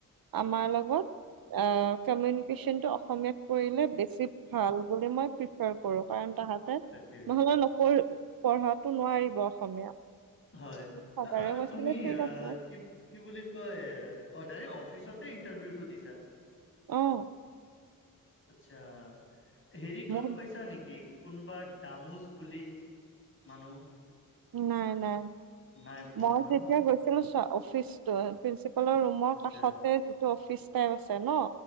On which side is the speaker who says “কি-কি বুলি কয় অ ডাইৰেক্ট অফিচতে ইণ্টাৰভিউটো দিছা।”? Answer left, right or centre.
Left